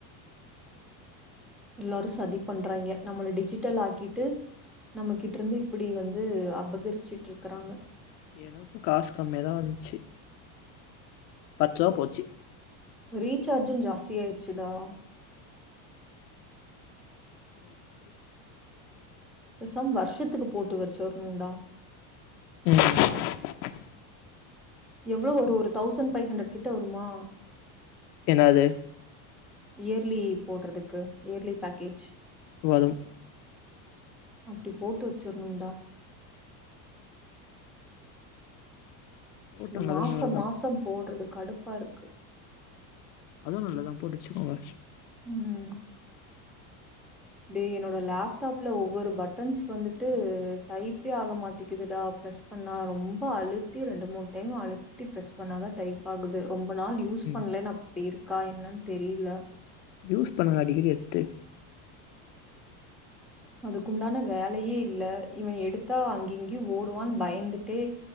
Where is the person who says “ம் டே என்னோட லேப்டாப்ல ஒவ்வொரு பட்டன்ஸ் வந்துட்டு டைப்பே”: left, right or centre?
Centre